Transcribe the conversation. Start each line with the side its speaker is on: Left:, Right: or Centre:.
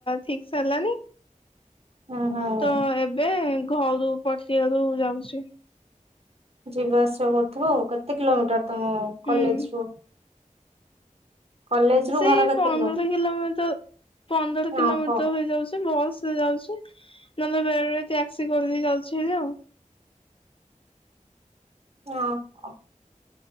Left: ଠିକ ସେ ହେଲାନି
Right: ହୁଁ ହୁଁ
Left: ତ ଏବେ ଘରୁ ପଟିଆରୁ ଯାଉଛି।
Right: ଯିବା ଆସିବା କରୁଥିବ ଆଉ, କେତେ କିଲୋମିଟର ତମ
Left: ହୁଁ।
Right: କଲେଜ ରୁ? କଲେଜ ରୁ
Left: ସେ
Right: ଘର କେତେ
Left: ପନ୍ଦର କିଲୋମିଟର ପନ୍ଦର କିଲୋମିଟର
Right: ଓହୋ
Left: ହେଇଯାଉଛି ବସ୍ ଯାଉଛି ନହେଲେ ବେଳେବେଳେ ଟ୍ୟାକ୍ସି କରିଦେଇ ଯାଉଛି ହେରି ଆଉ।
Right: ଓହୋ।